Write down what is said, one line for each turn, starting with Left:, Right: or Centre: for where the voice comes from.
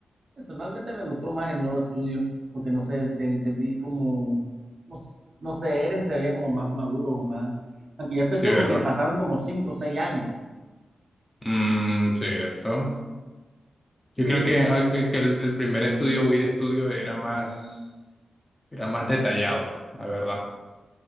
Right: Personalmente me gustó más el nuevo estudio, porque no sé, se- sentí como, no, s- no sé, Eren se veía como más maduro o más. Aunque ya es cuestión
Left: Sí, ¿verdad?
Right: porque pasaron como 5 o 6 años.
Left: Mm, cierto. Yo
Right: Sí,
Left: creo que, ah, que- que el, el primer estudio, Wii de estudio, era más, era más detallado, la verdad.